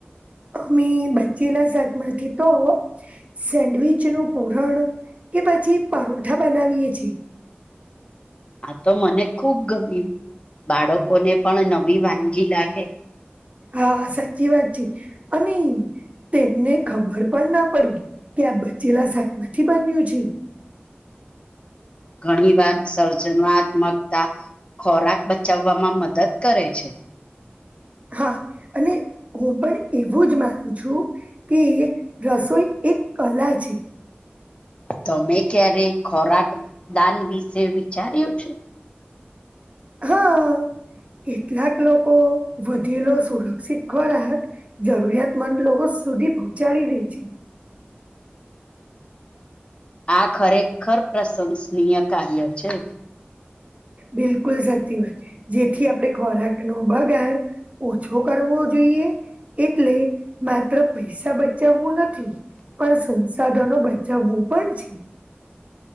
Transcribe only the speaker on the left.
આ તો મને ખુબ ગમ્યું. બાળકોને પણ નવી વાનગી લાગે.
ઘણી વાર સર્જનાત્મકતા ખોરાક બચાવવામાં મદદ કરે છે.
તમે ક્યારે ખોરાક દાન વિશે વિચાર્યું છે.
આ ખરેખર પ્રશંસનીય કાર્ય છે.